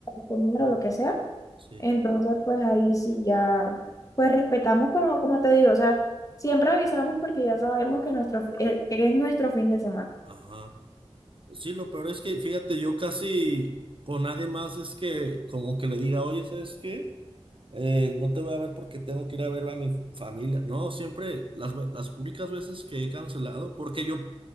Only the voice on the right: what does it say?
sí.
Ajá. Sí, lo peor es que, fíjate, yo casi con nadie más es que como que le diga, oye, ¿sabes qué? Eh, no te voy a ver porque tengo que ir a ver a mi familia. No, siempre las, ve- las únicas veces que he cancelado, porque yo,